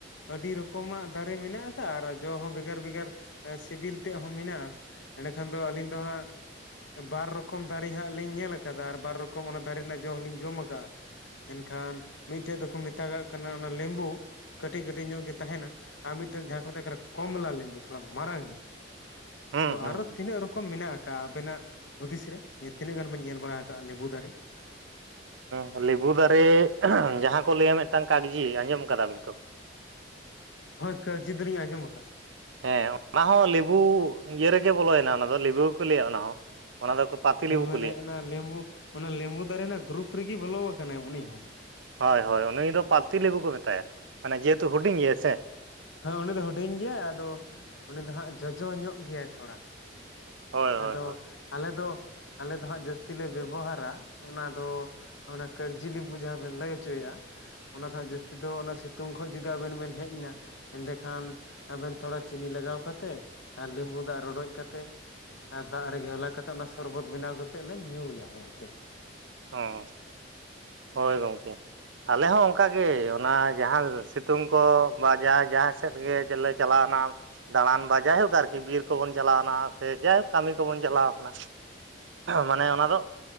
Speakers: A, on the left; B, on the right.
A: ᱟᱹᱰᱤ ᱨᱚᱠᱚᱢᱟᱜ ᱫᱟᱨᱮ ᱢᱮᱱᱟᱜ ᱟᱠᱟᱫᱼᱟ ᱟᱨ ᱡᱚ ᱦᱚᱸ ᱵᱷᱮᱜᱟᱨ ᱵᱷᱮᱜᱟᱨ ᱥᱤᱵᱤᱞ ᱛᱮᱫ ᱦᱚᱸ ᱢᱮᱱᱟᱜᱼᱟ ᱮᱸᱰᱮᱠᱷᱟᱱ ᱫᱚ ᱟᱹᱞᱤᱧ ᱫᱚ ᱦᱟᱸᱜ ᱵᱟᱨ ᱨᱚᱠᱚᱢ ᱫᱟᱨᱮ ᱦᱟᱸᱜ ᱞᱤᱧ ᱧᱮᱞ ᱠᱟᱫᱟ ᱟᱨ ᱵᱟᱨ ᱨᱚᱠᱚᱢ ᱚᱱᱟ ᱫᱟᱨᱮ ᱨᱮᱱᱟᱜ ᱡᱚ ᱦᱚᱞᱤᱧ ᱡᱚᱢ ᱠᱟᱜᱼᱟ ᱾ ᱢᱮᱱᱠᱷᱟᱱ ᱢᱤᱫᱴᱮᱡ ᱫᱚᱠᱚ ᱢᱮᱛᱟᱜᱟᱜ ᱠᱟᱱᱟ ᱚᱱᱟ ᱞᱮᱢᱵᱩ᱾ ᱠᱟᱹᱴᱤᱡ ᱠᱟᱹᱴᱤᱡ ᱧᱚᱜ ᱜᱮ ᱛᱟᱦᱮᱱᱟ᱾ ᱟᱨ ᱢᱤᱫᱴᱮᱱ ᱡᱟᱦᱟᱸ ᱠᱚ ᱢᱮᱛᱟ ᱠᱟᱱᱟ, ᱠᱚᱢᱞᱟ ᱞᱮᱢᱵᱩ ᱛᱷᱚᱲᱟ ᱢᱟᱨᱟᱝ ᱧᱚᱜ,
B: ᱦᱩᱸ
A: ᱛᱚ
B: ᱦᱩᱸ
A: ᱟᱨᱚ ᱛᱤᱱᱟᱹᱜ ᱨᱚᱠᱚᱢ ᱢᱮᱱᱟᱜ ᱟᱠ, ᱠᱟᱜᱼᱟ ᱟᱵᱮᱱᱟᱜ ᱦᱩᱫᱤᱥ ᱨᱮ, ᱛᱤᱱᱟᱹᱜ ᱜᱟᱱ ᱵᱮᱱ ᱧᱮᱞ ᱵᱟᱲᱟ ᱟᱠᱟᱜᱼᱟ ᱞᱮᱵᱩ ᱫᱟᱨᱮ ᱟᱨ?
B: ᱦᱮᱸ ᱞᱮᱵᱩ ᱫᱟᱨᱮ ᱡᱟᱦᱟᱸ ᱠᱚ ᱞᱟᱹᱭᱟ ᱢᱮᱫᱴᱟᱝ ᱠᱟᱜᱡᱤ ᱟᱸᱡᱚᱢ ᱟᱠᱟᱫᱟ ᱵᱤᱱ ᱛᱚ,
A: ᱦᱳᱭ ᱠᱟᱹᱣᱡᱤ ᱫᱚᱞᱤᱧ ᱟᱸᱚᱢ ᱠᱟᱜᱼᱟ᱾
B: ᱦᱮᱸ ᱚᱱᱟ ᱦᱚᱸ ᱞᱮᱵᱩ ᱤᱭᱟᱹ ᱨᱮᱜᱮ ᱵᱚᱞᱚᱭᱮᱱᱟ ᱚᱱᱟ ᱫᱚ ᱞᱮᱵᱩ ᱜᱮᱠᱚ ᱞᱟᱹᱭᱟ, ᱚᱱᱟ ᱦᱚᱸ ᱚᱱᱟ ᱫᱚᱠᱚ ᱯᱟᱹᱛᱤ
A: ᱦᱮᱸ
B: ᱞᱮᱵᱩ
A: ᱢᱟᱱᱮ
B: ᱠᱚ ᱞᱟᱹᱭᱟ
A: ᱚᱱᱟ ᱞᱮᱢᱵᱩ ᱚᱱᱟ ᱞᱮᱢᱵᱩ ᱫᱟᱨᱮ ᱨᱮᱱᱟᱜ ᱜᱨᱩᱯ ᱨᱮᱜᱮ ᱵᱚᱞᱚᱣ ᱟᱠᱟᱱᱟᱭ ᱩᱱᱤ ᱦᱚᱸ᱾
B: ᱦᱳᱭ ᱦᱳᱭ ᱱᱩᱭ ᱫᱚ ᱯᱟᱯᱛᱤ ᱞᱮᱵᱩ ᱠᱚ ᱢᱮᱛᱟᱭᱟ ᱢᱟᱱᱮ ᱾ᱡᱮᱦᱮᱛᱩ ᱦᱩᱰᱤᱧ ᱜᱮᱭᱟ ᱥᱮ,
A: ᱦᱮᱸ ᱩᱱᱤ ᱫᱚ ᱦᱩᱰᱤᱧ ᱜᱮᱭᱟᱭ ᱟᱫᱚ ᱩᱱᱤ ᱫᱚ ᱦᱟᱸᱜ ᱡᱚᱡᱚ ᱧᱚᱜ ᱜᱮᱭᱟᱭ ᱛᱷᱚᱲᱟ᱾
B: ᱦᱳᱭ
A: ᱟᱫᱚ
B: ᱦᱳᱭ ᱦᱳᱭ
A: ᱟᱞᱮ ᱫᱚ ᱟᱞᱮ ᱫᱚ ᱦᱟᱸᱜ ᱡᱟᱹᱥᱛᱤ ᱞᱮ ᱵᱮᱵᱚᱦᱟᱨᱟ ᱚᱱᱟ ᱫᱚ, ᱚᱱᱟ ᱠᱟᱜᱽᱡᱤ ᱞᱤᱵᱩ ᱡᱟᱦᱟ ᱵᱮᱱ ᱞᱟᱹᱭ ᱦᱚᱪᱚᱭᱮᱟ, ᱚᱱᱟᱫᱚ ᱦᱟ ᱡᱟᱹᱥᱛᱤ ᱫᱚ ᱚᱱᱟ ᱥᱤᱛᱩᱝ ᱠᱷᱚᱱ ᱡᱩᱫᱤ ᱟᱵᱮᱱ ᱵᱮᱱ ᱦᱮᱡ ᱮᱱᱟ, ᱮᱸᱰᱮᱠᱷᱟᱱ ᱟᱵᱮᱱ ᱛᱷᱚᱲᱟ ᱪᱤᱱᱤ ᱞᱟᱜᱟᱣ ᱠᱟᱛᱮᱫ, ᱟᱨ ᱞᱮᱵᱩ ᱫᱟᱜ ᱨᱚᱰᱚᱡ ᱠᱟᱛᱮ ᱟᱨ ᱫᱟᱜ ᱨᱮ ᱜᱷᱮᱣᱞᱟ ᱠᱟᱛᱮᱫ ᱚᱱᱟ ᱥᱚᱨᱵᱚᱛ ᱵᱮᱱᱟᱣ ᱠᱟᱛᱮᱫ ᱞᱮ ᱧᱩᱭᱟ ᱜᱚᱝᱠᱮ,
B: ᱚ <inaudible> ᱦᱳᱭ ᱜᱚᱝᱠᱮ ᱟᱞᱮ ᱦᱚᱸ ᱚᱱᱠᱟᱜᱮ ᱚᱱᱟ ᱡᱟᱦᱟᱸ ᱥᱤᱛᱩᱝ ᱠᱚ ᱵᱟ ᱡᱟ ᱡᱟᱦᱟᱸ ᱥᱮᱫ ᱜᱮ ᱡᱮᱞᱮ, ᱪᱟᱞᱟᱣᱱᱟ, ᱫᱟᱬᱟᱱ ᱵᱟ ᱡᱟᱭᱦᱳᱠ ᱟᱨᱠᱤ ᱵᱤᱨ ᱠᱚᱵᱚᱱ ᱪᱟᱞᱟᱣᱱᱟ ᱥᱮ ᱡᱟᱭᱦᱳᱠ ᱠᱟᱹᱢᱤ ᱠᱚᱵᱚᱱ ᱪᱟᱞᱟᱣ ᱠᱟᱱᱟ, ᱢᱟᱱᱮ ᱚᱱᱟ ᱫᱚ,